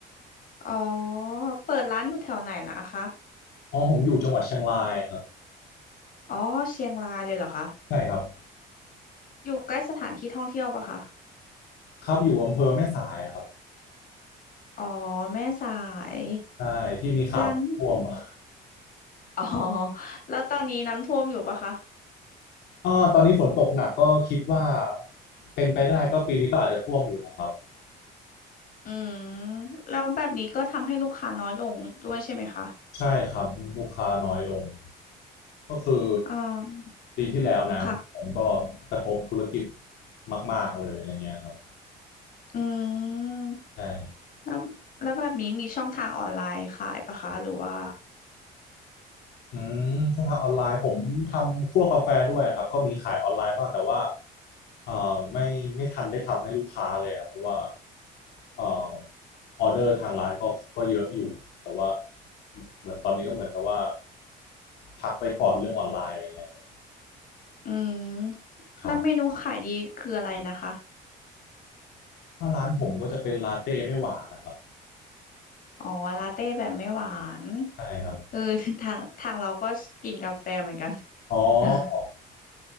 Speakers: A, on the left; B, on the left.
A: อ๋อเปิดร้านอยู่แถวไหนล่ะคะ
B: อ๋อผมอยู่จังหวัดเชียงรายครับ
A: อ๋อเชียงรายเลยเหรอคะ
B: ใช่ครับ
A: อยู่ใกล้สถานที่ท่องเที่ยวปะคะ
B: ครับอยู่อำเภอแม่สายอะครับ
A: อ๋อแม่สาย
B: ใช่ที่มีข่าวท่วมอะ
A: ร้าน อ๋อ แล้วตอนนี้น้ำท่วมอยู่ปะคะ
B: อ่าตอนนี้ฝนตกหนักก็คิดว่าเป็นไปได้ก็ปีนี้ก็อาจจะท่วมอยู่นะครับ
A: อืม แล้วแบบนี้ก็ทำให้ลูกค้าน้อยลงด้วยใช่ไหมคะ
B: ใช่ครับลูกค้าน้อยลงก็คือ
A: อ่า
B: ปีที่แล้วน้ำผมก็กระทบธุรกิจ
A: ค่ะ
B: มากๆเลยอะไรเงี้ยครับ
A: อืม
B: ใช่
A: แล้วแล้วแบบนี้มีช่องทางออนไลน์ขายปะคะ หรือว่า
B: อืมช่องทางออนไลน์ผมทำคั่วกาแฟด้วยครับก็มีขายออนไลน์บ้างแต่ว่าเอ่อไม่ไม่ทันได้ทำให้ลูกค้าเลยครับเพราะว่าเอ่อออเดอร์ทางร้านก็ก็เยอะอยู่แต่ว่าเหมือนตอนนี้ก็เหมือนกับว่าพักไปก่อนเรื่องออนไลน์อะไรเงี้ยครับ
A: อืม
B: ครับ
A: แล้วเมนูขายดีคืออะไรนะคะ
B: ถ้าร้านผมก็จะเป็นลาเต้ไม่หวานนะครับ
A: อ๋อลาเต้แบบไม่หวาน
B: ใช่ครับ
A: เออ <laughs> ทางทางเราก็กินกาแฟเหมือนกัน
B: อ๋อ
A: <laughs>